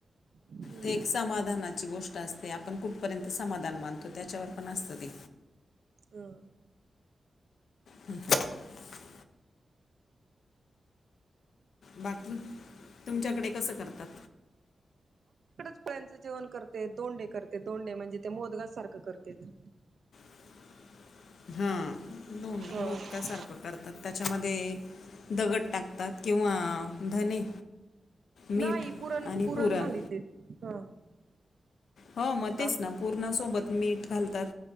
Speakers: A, on the right (about 60°); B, on the left (about 85°).
A: हम्म
B: ते एक समाधानाची गोष्ट असते आपण कुठपर्यंत समाधान मानतो. त्याच्यावर पण असतं ते.
A: हम्म.
B: हम्म <unintelligible> बाकी तुमच्याकडे कसं करतात?
A: काहींच जेवण करते. तोंडे करते. तोंडे म्हणजे ते मोदगा सारखं करतेत.
B: ह <unintelligible> हा दोन
A: ह
B: मोदका सारखं करतात. त्याच्यामध्ये दगड टाकतात. किंवा धने. मीठ.
A: नाही पुरण
B: आणि पुरण.
A: घालीतेत हा
B: हो म तेच
A: आम
B: ना पूर्णा सोबत मीठ घालतात.